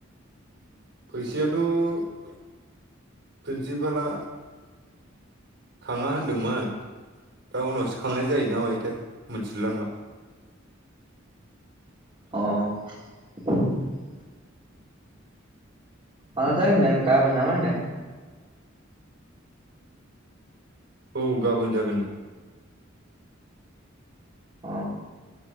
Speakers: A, on the right (about 60°); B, on the right (about 25°).
A: फैसायाथ' प्रिन्सिपाला खाङा होनदोंमोन दा उनावसो खांनाय जायोना मायोथाय मिथिलायलांला
B: अह माला जागोन होनदों गाबोन नामा होनदों?
A: औ गाबोन जागोन नो
B: अ